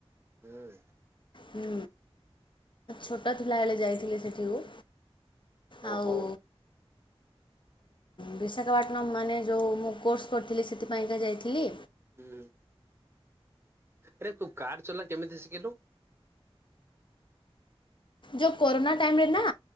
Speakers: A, on the right (about 25°); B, on the left (about 50°).
A: ହୁଁ।
B: ହୁଁ ଛୋଟ ଥିଲା ବେଳେ ଯାଇଥିଲି ସେଠିକୁ। ଆଉ
A: ଓହୋ
B: ବିଶାଖାପାଟଣା ମାନେ ଯେଉଁ ମୁଁ କୋର୍ସ କରିଥିଲି, ସେଥି ପାଇଁକା ଯାଇଥିଲି।
A: ହୁଁ ଆରେ ତୁ କାର୍ ଚଲା କେମିତି ଶିଖିଲୁ।
B: ଯେଉଁ କୋରୋନା ଟାଇମ୍ରରେ ନା